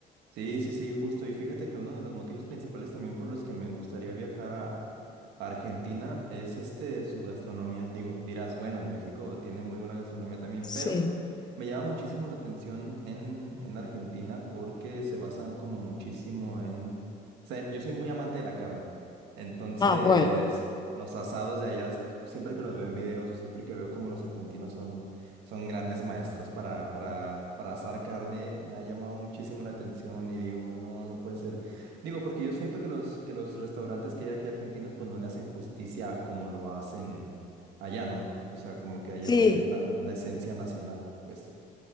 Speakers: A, on the right; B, on the left.
A: Sí, sí, sí, justo. Y fíjate que uno de los motivos principales también por los que me gustaría viajar a a Argentina es este su gastronomía. Digo, dirás, bueno, en México tiene muy buena gastronomía también,
B: Sí.
A: pero me llama muchísimo la atención en, en Argentina porque se basan como muchísimo en... o sea, yo soy muy amante de la carne. Entonces,
B: Ah, bueno.
A: los asados de allá, yo siempre que los veo en videos o siempre que veo como los argentinos son son grandes maestros para, para, para asar carne. Me ha llamado muchísimo la atención y digo, no, no puede ser. Digo, porque yo siento que los, que los restaurantes que hay aquí argentinos, pues no le hacen justicia a como lo hacen allá, ¿no? O sea, como que allá
B: Sí.
A: pues le dan la esencia nacional. Pues,